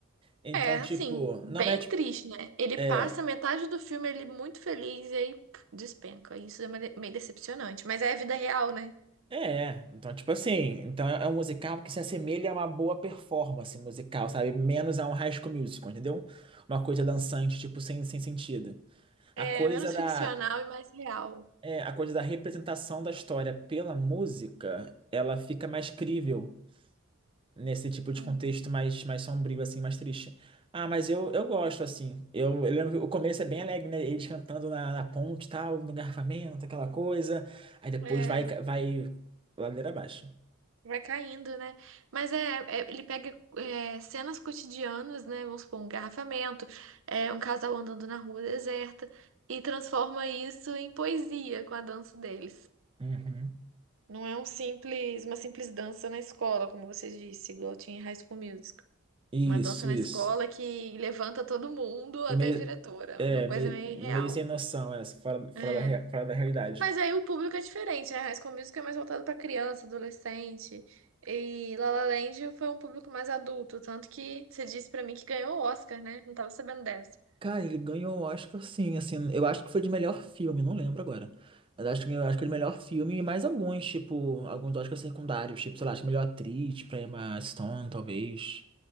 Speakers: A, on the right (about 25°); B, on the right (about 65°).
A: Então,
B: É, assim,
A: tipo,
B: bem
A: não é tipo.
B: triste, né? Ele
A: é,
B: passa metade do filme ele muito feliz e aí puf, despenca. Isso é mane- meio decepcionante, mas é a vida real, né?
A: É, então, tipo assim, então é é um musical que se assemelha a uma boa performance musical, sabe? Menos a um High School Musical, entendeu? Uma coisa dançante, tipo, sem, sem sentido.
B: É
A: A coisa
B: menos ficcional
A: da,
B: e mais real.
A: é, a coisa da representação da história pela música, ela fica mais crível nesse tipo de
B: Hum,
A: contexto mais, mais sombrio, assim, mais triste. Ah, mas eu, eu gosto, assim. Eu, eu lembro que o começo é bem alegre, né? Eles cantando na, na ponte e tal, no garfamento, aquela coisa. Aí depois
B: É,
A: vai, vai ladeira abaixo.
B: vai caindo, né? Mas é, é- ele pega é, cenas cotidianas, né? Vamos supor, um engarrafamento, é, um casal andando na rua deserta e transforma isso em poesia com a dança deles.
A: Uhum.
B: Não é um simples, uma simples dança na escola, como você disse, igual tinha em High School Music.
A: Isso,
B: Uma dança na
A: isso.
B: Nossa. escola Nossa. que levanta todo mundo, até
A: Meio,
B: a diretora.
A: é,
B: Uma coisa
A: meio,
B: meio
A: meio
B: irreal.
A: sem noção, é, fora, fora
B: É.
A: da, rea- fora da realidade.
B: Mas aí o público é diferente, né? High School Musical é mais voltado pra criança, adolescente. E La La Land foi um público mais adulto. Tanto que você disse pra mim que ganhou o Oscar, né? Não tava sabendo dessa.
A: Cara, ele ganhou o Oscar sim, assim, eu acho que foi de melhor filme, não lembro agora. Mas acho que eu acho que ele melhor filme e mais alguns, tipo, alguns Oscars secundários, tipo, sei lá, acho que melhor atriz, tipo, Emma Stone, talvez.